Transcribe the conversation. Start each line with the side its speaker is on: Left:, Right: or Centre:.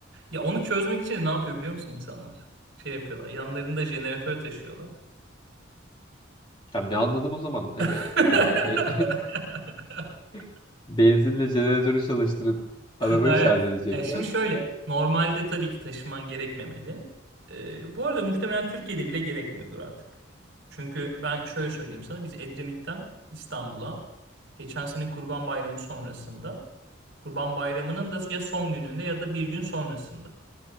Right: Ya onu çözmek için ne yapıyor biliyor musun insanlar? Şey yapıyorlar. Yanlarında jeneratör taşıyorlar.
Left: Ya ne anladım o zaman?
Right: <laughs>
Left: Ee, yine jene- <laughs> benzinle jeneratörü çalıştırıp arabayı
Right: Hayır.
Left: şarj edeceksem.
Right: Ya şimdi şöyle. Normalde tabii ki taşıman gerekmemeli. Ee, bu arada muhtemelen Türkiye'de bile gerekmiyordur artık. Çünkü ben şöyle söyleyeyim sana. Biz Edremit'ten İstanbul'a geçen sene Kurban Bayramı sonrasında Kurban Bayramı'nın da ya son gününde ya da bir gün sonrasında